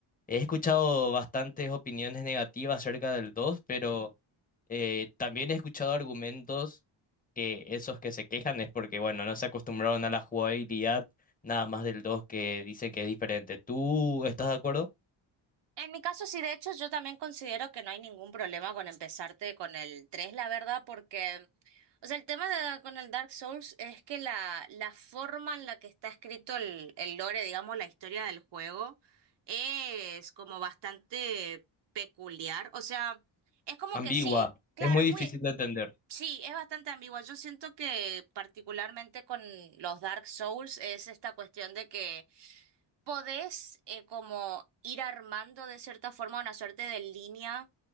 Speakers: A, on the left; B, on the right.
A: he escuchado bastantes opiniones negativas acerca del dos pero... Eh, también he escuchado argumentos que esos que se quejan es porque, bueno, no se acostumbraron a la jugabilidad nada más del dos que dicen que es diferente. ¿Tú estás de acuerdo?
B: En mi caso, sí, de hecho, yo también considero que no hay ningún problema con empezarte con el 3, la verdad, porque, o sea, el tema de- con el Dark Souls es que la, la forma en la que está escrito el, el lore, digamos, la historia del juego, es como bastante peculiar. O sea, es como
A: Ambigua.
B: que sí, claro,
A: Es muy
B: es
A: difícil
B: muy,
A: de entender.
B: sí, es bastante ambigua. Yo siento que particularmente con los Dark Souls es esta cuestión de que podés eh, como ir armando de cierta forma una suerte de línea